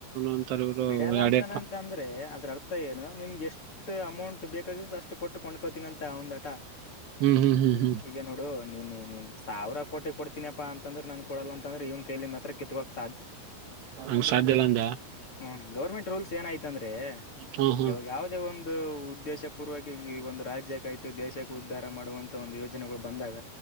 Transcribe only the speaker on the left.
ಬಿಡಲ್ಲ ಅಂತನಂತ
ಅಂದ್ರೆ ಅದ್ರ ಅರ್ಥ ಏನು ನಿಮ್ಗೆ ಎಷ್ಟ್ ಅಮೌಂಟ್ ಬೇಕ ಅಷ್ಟು ಕೊಟ್ಟು ಕೊಂಡ್ಕೋತೀನಿ ಅಂತ ಒಂದ ಆಟ
ಈಗ ನೋಡು ನೀ ನೀನ್ ಸಾವರ ಕೋಟಿ ಕೊಡ್ತೀನಿಪ್ಪಾ ಅಂತಂದ್ರೆ ನನ್ ಕೊಡಲ್ಲ ಅಂತಂದ್ರೆ ಇವನ್ ಕೈಯಲಿ ಮಾತ್ರ ಕಿತ್ಕಕ್ತ
ಹ ಗೌರ್ಮೆಟ್ ರೂಲ್ಸ್ ಏನಾಯ್ತ್ ಅಂದ್ರೆ
ಇವಾಗ ಯಾವವುದೇ ಒಂದು ಉದ್ದೇಶ ಪೂರ್ವಕ ಒಂದು ರಾಜ್ಯಕೈ್ತಿ ಮ ದೇಶಕ್ಕೆ ಉದ್ಧಾರ ಮಾಡುವಂತ ಒಂದು ಯೋಜನೆಗಳು ಬಂದಾಗ